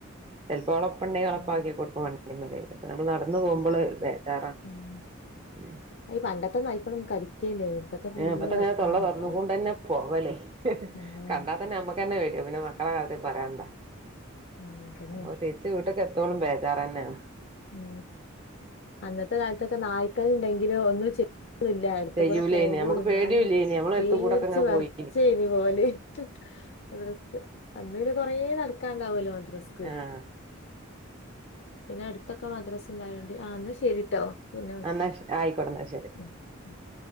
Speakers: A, on the right; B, on the left.
A: ചിലപ്പോ ഉളപ്പുണ്ടെങ്കിൽളപ്പാക്കക്കി
B: ഉം
A: കൊടുക്ക വേണ്ടി <unintelligible> നമ്മൾ നടന്ന പോകുമ്പോൾതേ ചാറാ
B: ഉം
A: ഉ
B: ഈ <unintelligible> ഇപ്പത്തെ ഫുള്ള്
A: ഏ അത്തെങ്ങനെ
B: കടിക്കണ
A: തള്ള
B: നായ്ക്കളാ
A: തറന്നുകൊണ്ട്ന്നെ പോവല്ലേ
B: ആഹ്
A: കണ്ടാൽ തന്നെ നമ്മുക്ക് തന്നെ <unintelligible> പിന്നെ മക്കളെ കാലത്തി പറയാനണ്ടാ
B: ആഹ് അതന്നെ
A: ഓ തിരിച്ച് വീട്ടൊക്കെ എത്തോളും ബേജാറ തന്നെയാണ്
B: ഉ അന്നത്തെ കാലത്തൊക്കെ നായ്ക്കള ഉണ്ടെങ്കിലും ഒന്ന് ല്ല അടുത്ത
A: ചെയ്യൂലേനി
B: കൂടെ പോ പോള്ളൂ
A: നമുക്ക്
B: എന്നാലും
A: പേടിയൂല്ലേനി നമ്മളെ
B: പേർച്ച്
A: എടുത്ത് കൂടൊക്കെ ഇങ്ങനെ
B: വെർച്
A: പോയി
B: ഇത് പോലെ <unintelligible> അന്നരു കൊറേ നടക്കാണ്ടാവല്ലോ മദ്രസ്ക്ക്‌
A: ആഹ്
B: പിന്നെ അടുത്തൊക്കെ മദ്രസ ഇണ്ടായോണ്ട് ആഹ് എന്നാ ശരിട്ടോ പിന്നെ വിളിക്കാ
A: അന്നാ ആയിക്കോടന്നാ ശെരി
B: ഉം ഉം